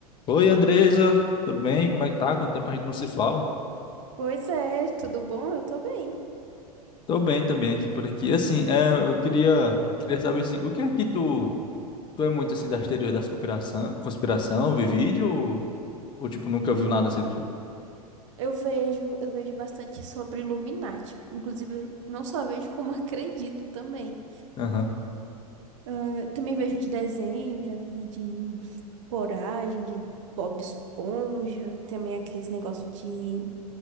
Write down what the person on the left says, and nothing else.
Oi, Andresa, tudo bem? Como é que tá? Quanto tempo a gente não se fala?
Tô bem também aqui por aqui. Assim, é, eu queria, queria saber assim, o que é que tu, tu é muito assim das teorias das conspiração, conspiração, vi vídeo ou, ou tipo nunca viu nada assim do tipo?
Aham.